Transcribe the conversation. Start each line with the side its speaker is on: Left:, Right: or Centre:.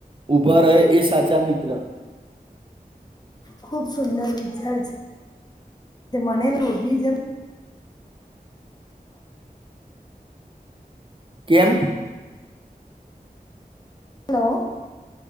Right: ઊબા રહે એ સાચા મિત્ર
Left: ખુબ સુંદર વિચાર છે મને રોજની જેમ <inaudible>
Right: કેમ
Left: હલો